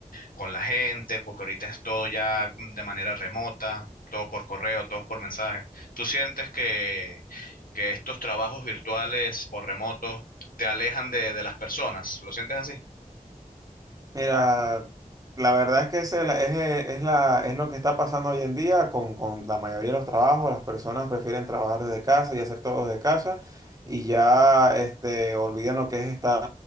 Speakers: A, on the left; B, on the right.
A: con la gente, porque ahorita es todo ya de manera remota, todo por correo, todo por mensaje. ¿Tú sientes que, que estos trabajos virtuales o remotos te alejan de, de las personas? ¿Lo sientes así?
B: Mira, la verdad es que ese es, la- es, eh, es la, es lo que está pasando hoy en día con, con la mayoría de los trabajos. Las personas prefieren trabajar desde casa y hacer todo desde casa y ya este, olvidan lo que es estar